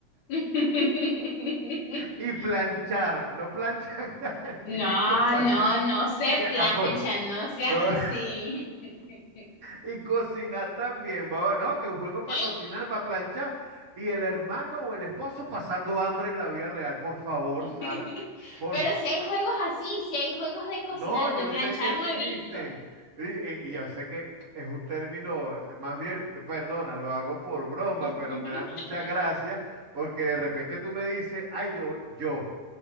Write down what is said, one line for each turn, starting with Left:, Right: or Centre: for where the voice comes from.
Left: <laughs>
Right: y planchar, no planchan, <laughs> ay,
Left: No,
Right: disculpa,
Left: no, no se
Right: así que a
Left: plancha,
Right: co-
Left: no seas
Right: no, <laughs>
Left: así. <laughs>
Right: y cocinar también, baba, no, que un juego para
Left: Ey.
Right: cocinar, para planchar, y el hermano o el esposo pasando hambre en la vida real, por favor,
Left: <laughs>
Right: Sara, por
Left: Pero si hay juegos así, si hay juegos de cocinar,
Right: No, yo
Left: de planchar
Right: sé que existen.
Left: no he visto.
Right: Y, y- y yo sé que es un término, eh, más bien, perdona, lo hago por broma,
Left: <laughs>
Right: pero me da mucha gracia porque de repente tú me dices, ay, yo, yo,